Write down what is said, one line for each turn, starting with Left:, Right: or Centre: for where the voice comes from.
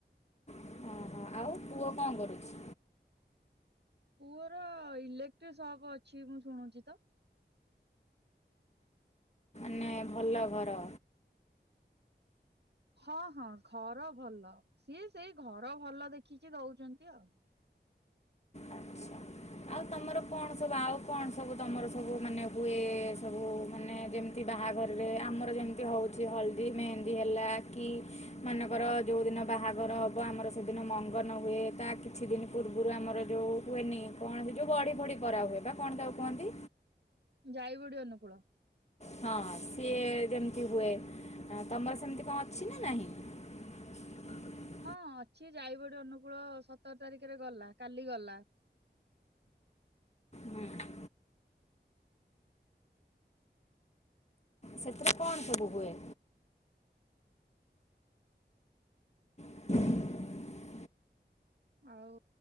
Left: ଓହୋ ଆଉ ପୁଅ କଣ କରୁଛି।
Right: ପୁଅର ଇଲେକ୍ଟ୍ରିକ ସପ୍ ଅଛି ମୁଁ ଶୁଣୁଛି ତ।
Left: ନାହିଁ ଭଲ ଘର।
Right: ହଁ ହଁ ଘର ଭଲ ସିଏ ସେଇ ଘର ଭଲ ଦେଖିକି ଦଉଛନ୍ତି ଆଉ।
Left: ଆଚ୍ଛା ଆଉ ତମର କଣ ସବୁ ଆଉ କଣ ସବୁ ତମର ସବୁ ମାନେ ହୁଏ ସବୁ ମାନେ ଯେମିତି ବାହାଘରରେ ଆମର ଯେମିତି ହେଉଛି ହଳଦୀ ମେହେନ୍ଦୀ ହେଲା କି ମନେକର ଯୋଉ ଦିନ ବାହାଘର ହବ ଆମର ସେଦିନ ମଙ୍ଗନ ହୁଏ ତା କିଛି ଦିନ ପୂର୍ବରୁ ଆମର ଯୋଉ ହୁଏନି କଣ ଯୋଉ ବଡି ବଡି ପରା ହୁଏ ବା କଣ ତାକୁ କୁହନ୍ତି?
Right: ଯାଇବଡି ଅନୁକୂଳ।
Left: ହଁ ସିଏ ଯେମିତି ହୁଏ ତମର ସେମିତି କଣ ଅଛି ନା ନାହିଁ। <inaudible>
Right: ହଁ ଅଛି ଯାଇବଡି ଅନୁକୂଳ ସତର ତାରିଖରେ ଗଲା କାଲି ଗଲା।
Left: ହୁଁ। ସେଥିରେ କଣ ସବୁ ହୁଏ। <inaudible>
Right: ଆଉ